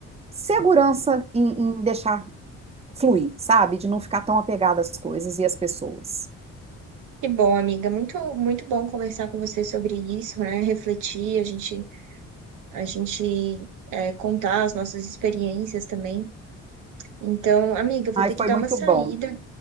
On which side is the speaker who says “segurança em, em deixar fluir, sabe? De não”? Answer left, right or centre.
Right